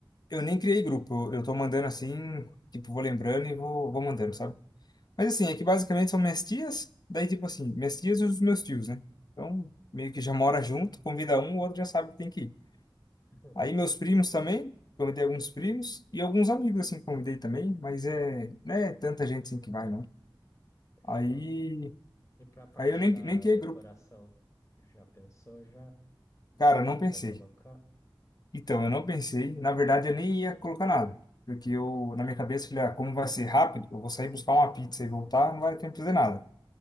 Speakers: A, on the left; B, on the left.
A: eu nem criei grupo. Eu, eu tô mandando assim, tipo, vou lembrando e vou, vou mandando, sabe? Mas assim, é que basicamente são minhas tias, daí tipo assim, minhas tias e os meus tios, né? Então, meio que já mora junto, convida um, o outro já sabe que tem que ir.
B: <laughs>
A: Aí meus primos também, convidei alguns primos e alguns amigos assim que convidei também, mas é, né, tanta gente assim que vai não.
B: Fechou.
A: Aí,
B: E para a parte
A: aí eu nem
B: da
A: nem criei
B: decoração,
A: grupo.
B: já pensou já no
A: Cara,
B: que
A: eu não
B: que
A: pensei.
B: vai colocar?
A: Então, eu não pensei, na verdade eu nem ia colocar nada, porque eu na minha cabeça eu falei, ah, como vai ser rápido, eu vou sair buscar uma pizza e voltar, não vai ter tempo de fazer nada.